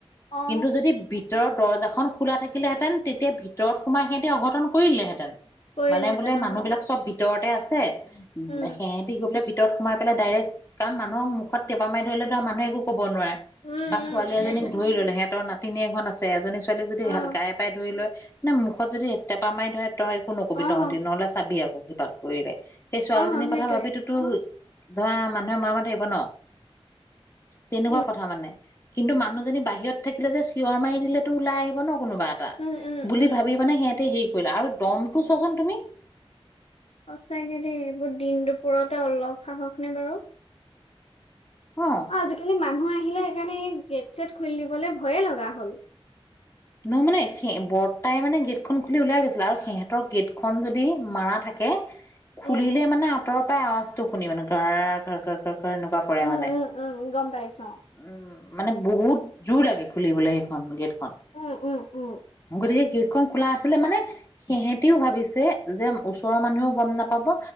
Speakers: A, on the left; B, on the left.
A: অ
B: কিন্তু যদি ভিতৰত দৰ্জাখন খোলা থাকিলেহেঁতেন, তেতিয়া ভিতৰত সোমাই সিহঁতি অঘটন কৰি দিলে হেঁতেন।
A: কৰিলেহেঁতেন
B: মানে বোলে মানুহ
A: অ
B: বিলাক চব ভিতৰতে আছে। উ
A: উম
B: সেহঁতি গৈ পেলাই ভিতৰত সোমাই পেলাই ডাইৰেক্ট, কাৰণ মানুহৰ মুখত তেপা মাৰি ধৰিলে ধৰা মানুহে একো ক'ব নোৱাৰে।
A: উম
B: বা ছোৱালী
A: উম
B: এজনীক
A: সেইটোৱে
B: ধৰি ললে সিহঁতৰ নাতিনীয়েক হঁত আছে, এজনী ছোৱালীক যদি
A: অ
B: গাই পাই ধৰি লয় নে মুখত যদি টেপা মাৰি ধৰে, তই একো নকবি
A: অ
B: তহঁতি নহলে চাবি আকৌ কিবা কৰিলে। সেই ছোৱালীজনীৰ
A: অ সেইটোৱে
B: কথা ভাবিটোতো, ধৰা মানুহে মনে মনে থাকিব ন। তেনেকুৱা
A: উম
B: কথা মানে। কিন্তু মানুহজনী বাহিৰত থাকিলে যে চিঞৰ মাৰি দিলেতো ওলাই আহিব ন কোনোবা এটা।
A: উম উম
B: বুলি
A: উম
B: ভাবি মানে সিহঁতে হেৰি কৰিলে। আৰু দমটো চোৱাচোন তুমি?
A: সঁচাকে দেই এইবোৰ দিন দুপৰতে অলপ সাহস নে বাৰু।
B: অ।
A: আজিকালি মানুহ আহিলে সেইকাৰণে এই গেট ছেট খুলি দিবলে ভয়ে লগা হ'ল।
B: নহয় মানে, কি বৰ্তাই মানে গেটখন খুলি ওলাই গৈছিলে আৰু সিহঁতৰ গেট খন যদি মাৰা থাকে কে, খুলিলে
A: উম
B: মানে আঁতৰ পৰাই আওয়াজতো শুনি মানে ঘ' ঘৰ ঘৰ ঘৰ ঘৰ এনেকুৱা কৰে
A: উম
B: মানে।
A: উম, গম পাইছো।
B: উম', মানে বহুত জোৰ লাগে খুলিবলে সেইখন গেট খন।
A: অ উম উম উম
B: গতিকে গেটখন খোলা আছিলে মানে, সেহেতিও ভাবিছে যে ওচৰৰ মানুহেও গম নাপাব,